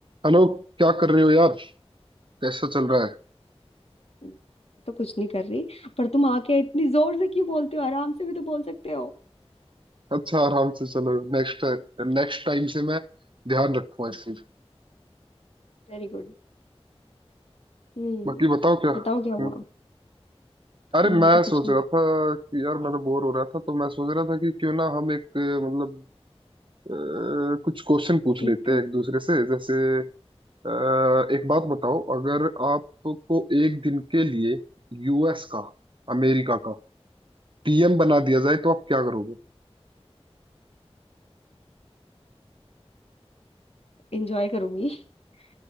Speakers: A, on the right; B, on the left.
A: Hello क्या कर रहे हो यार कैसा चल रहा है
B: मैं तो कुछ नहीं कर रही पर तुम आके इतनी जोर से क्यों बोलते हो आराम से भी तो बोल सकते हो
A: अच्छा आराम से चलो नेक्स्ट नेक्स्ट टाइम से मैं ध्यान रखूंगा इस चीज
B: Very good हम्म
A: बाकी बताओ क्या
B: बताओ क्या हुआ
A: हम्म, अरे
B: अब
A: मैं
B: मैं तो
A: सोच
B: कुछ नहीं
A: रहा था कि यार मैं तो बोर हो रहा था तो मैं सोच रहा था कि क्यों ना हम एक अ, मतलब अ, कुछ क्वेश्चन पूछ
B: एक
A: लेते हैं एक दूसरे से जैसे अ, एक बात बताओ अगर आपको एक दिन के लिए यूएस का अमेरिका का पीएम बना दिया जाए तो आप क्या करोगे
B: एंजॉय करूंगी <laughs>